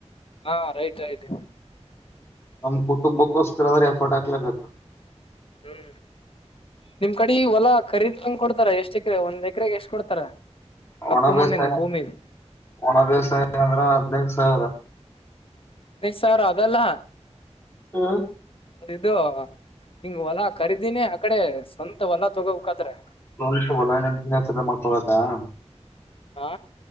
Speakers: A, on the left; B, on the left.
A: ಹಾ ರೈತ ಆಯ್ತ
B: ನಮ್ ಕುಟುಂಬಕ್ಕೋಸ್ಕರ ಅವ್ರೆ ಎಫರ್ಟ್ ಹಾಕಿದ್ರು
A: ಹ್ಮ್ ನಿಮ್ ಕಡೆ ಈ ಹೊಲ ಖರೀಗ್ ಕೊಡ್ತಾರ ಎಷ್ಟ್ ಎಕರೆ ಒಂದ್ ಎಕರೆಗೆ ಎಷ್ಟ್ ಕೊಡ್ತಾರ ಕಪ್ಪು
B: ಒಣ ಬೇಸಾಯ
A: ಮಣ್ಣಿನ ಭೂಮಿದ
B: ಒಣ ಬೇಸಾಯ ಅಂದ್ರ ಹದನೈದು ಸಾವಿರ
A: ಸಾರ ಅದಲ್ಲ
B: ಹಾ
A: ಇದು ಹಿಂಗ ಹೊಲ ಖರೀದಿನಿ ಆ ಕಡೆ ಸ್ವಂತ ಹೊಲ ತಗೋಬೇಕಾದ್ರೆ
B: <unintelligible>
A: ಹ